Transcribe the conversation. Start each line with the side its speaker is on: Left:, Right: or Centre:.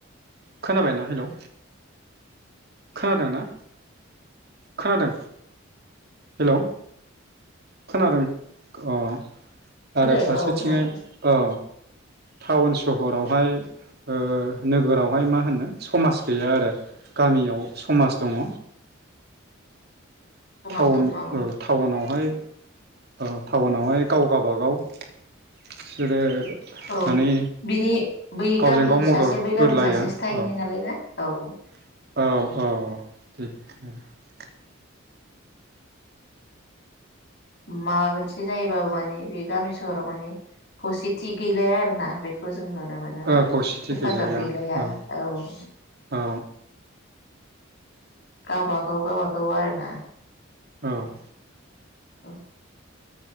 Right: खोनाबायना? हेलौ खोनादों ना खोनादों? हेलौ खोनादों? अ
Left: खोनादों
Right: आरो फारसेथिंहाय,
Left: औ खोनादों
Right: औ टाउन सहरावहाय ओ नोगोरावहाय मा होनो समाज गैया आरो गामियाव समाज दङ।
Left: समाज
Right: टाउन
Left: दङ औ
Right: ओ टाउनावहाय ओ टाउनावहाय गाव गाबागाव बिसोरो
Left: औ
Right: माने
Left: बिनि बै
Right: गावजों
Left: गामिनि
Right: गाव
Left: सासे
Right: मदद
Left: बै
Right: होलाया
Left: गामिनि सासेसो थाहैनाय
Right: औ
Left: नालाय ना? औ
Right: औ औ औ दे आरो
Left: माबा मोनसे जायोबाबो माने बे गामि सहराव माने खौसेथि गैलाया आरोना बेखौ जों जों नुनो मोनोना
Right: ओ खौसेथि
Left: हेफाजाब गैलाया
Right: औ
Left: औ।
Right: औ
Left: गावबागाव गावबागाव आरो। ना?
Right: औ।
Left: औ।